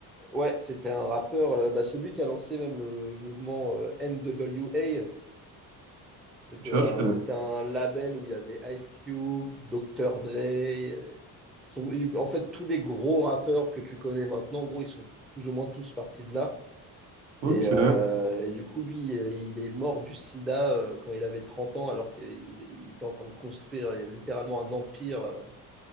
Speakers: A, in the centre; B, on the right (about 65°).
A: Ouais, c'était un rappeur, euh, bah, c'est lui qui a lancé même le mouvement euh, NWA. C'était
B: Tu vois,
A: un,
B: je connais.
A: c'était un label où il y avait Ice Cube, Dr. Dre. euh, sont- ils- en fait, tous les gros rappeurs que tu connais maintenant, en gros, ils sont plus ou moins tous partis de là.
B: Ok.
A: Et, euh, et du coup, lui, euh, il est mort du sida euh, quand il avait 30 ans, alors qu'il il était en train de construire euh, littéralement un empire. euh.